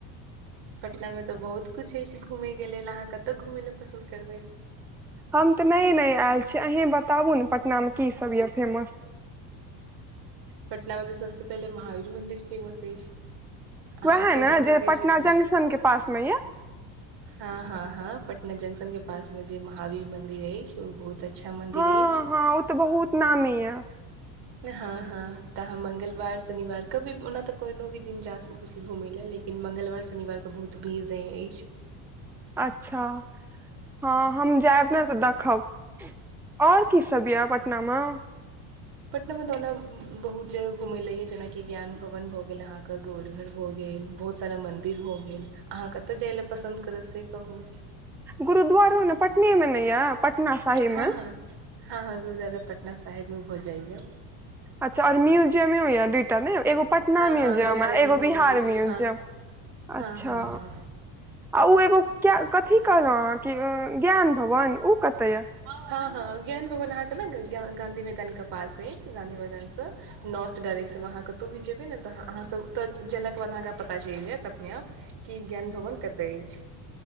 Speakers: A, on the right; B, in the centre.
A: पटनामे तऽ बहुत किछु अछि घूमयके लेल अहाँ कतय घूमय लेल पसन्द करबै
B: हम तऽ न‌ए न‌ए आयल छी अहीं बताबु ने पटना मे की सब य फेमस
A: पटना मे तऽ सबसे पहिले महावीर मन्दिर फेमस अछि अहाँ
B: उएह
A: ओतय
B: ने
A: जा सकैत
B: जे पटना
A: छी घूमय
B: जंक्शनके
A: लए
B: पासमे यऽ
A: हँ हँ हँ पटना जंक्शन के पास में जे महावीर मंदिर अछि ओ बहुत अच्छा मन्दिर
B: हँ
A: अछि
B: हँ ओ तऽ बहुत नामी यऽ
A: हँ हँ त हम मंगलवार शनिवार कभी ओना त कोइनो भी दिन जा सकैत छी घुमय लए लेकिन मंगलवार शनिवारके बहुत भीड़ रहै अछि
B: अच्छा हँ हम जायब ने तऽ देखब और की सब या पटनामे
A: पटना मे तऽ ओना बहुत जगह घुम ले य जेनाकि ज्ञान भवन भए गेल अहाँके गोलघर भऽ गेल बहुत सा मंदिर भ गेल अहाँ कतय जाय लेल पसंद करब से कहू
B: गुरुद्वारो ने पटने मे या यऽ पटना साहिबमे
A: हँ हँ हँ हँ गुरुद्वारा पटना साहेब मे भऽ जाइएा
B: अच्छा आर म्यजियामे होया दइटा ने एगो पटना
A: हँ
B: म्यूजियम
A: हँ बिहार म्यूजियम
B: एगो बिहार
A: अछि
B: म्यूजियम
A: हँ हँ
B: अच्छा
A: हँ हँ
B: आ ओ एगो कथी कहलहुं अह के ज्ञान भवन कतऽ ये
A: हँ हँ ज्ञान भवन अहाँ के ने गांधी मैदान के पास अछि गंधी मैदान से नार्थ डायरेक्शन मे अहाँ के तू भी जेबै ने तऽ अहाँ ओतऽ गेलाके बाद अहाँके पता चलि जायत अपने आप कि ज्ञान भवन कतय अछि